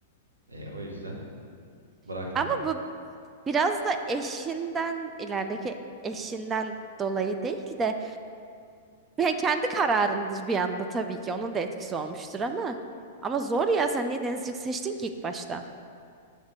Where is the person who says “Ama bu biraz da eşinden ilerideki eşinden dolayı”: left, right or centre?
Right